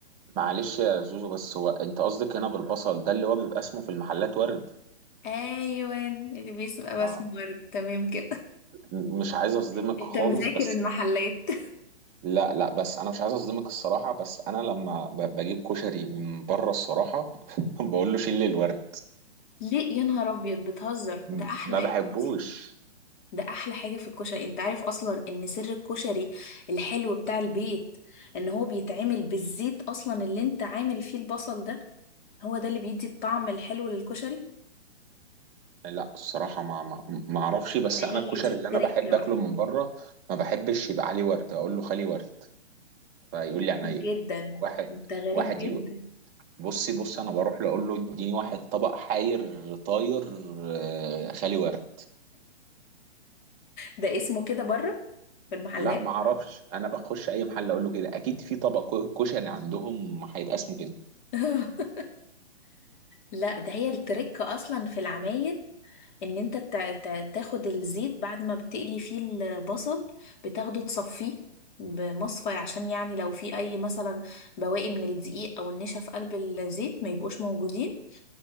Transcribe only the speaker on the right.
معلش يا زوزو بس هو انت قصدك هنا بالبصل ده اللي هو بيبقى اسمه في المحلات ورد
اه
م- مش عايز اصدمك
خالص
بس
لا لا بس انا مش عايز اصدمك الصراحه بس انا لما ب- بجيب كشري من بره الصراحه <laughs> بقول له شيل لي الورد
م-
ما
بحبوش
لا الصراحه ما ما ما اعرفش بس
انا الكشري
اللي انا بحب
اكله من بره ما بحبش يبقى عليه ورد اقول له خلي ورد فيقول لي عينيا
واحد
واحد
يو- بصي بصي انا بروح له اقول له اديني واحد طبق حاير طاير آه، خالي ورد
لا ما اعرفش انا بخش اي محل اقول له كده اكيد في طبق كو- كشري عندهم هيبقى اسمه كده